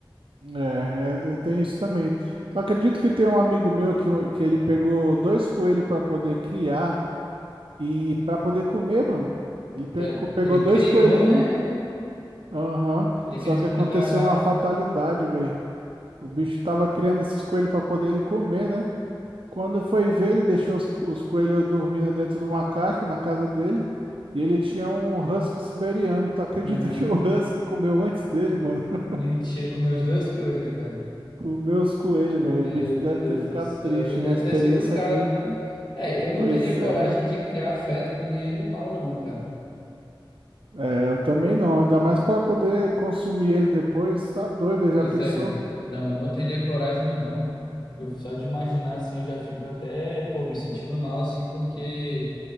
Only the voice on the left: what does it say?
Tá-
Ele
criou,
né?
Ele
queria experimentar
a carne.
Uhum.
Mentira, comeu os dois coelhos, cara.
Meu
Deus
do céu.
E deve
ter sido caro,
né? É, eu não
teria coragem
de criar afeto com nenhum animal, não, cara.
Pois
é. Não, eu não teria coragem, não. Eu só de imaginar assim, eu já fico até, pô, me sentindo mal assim, porque,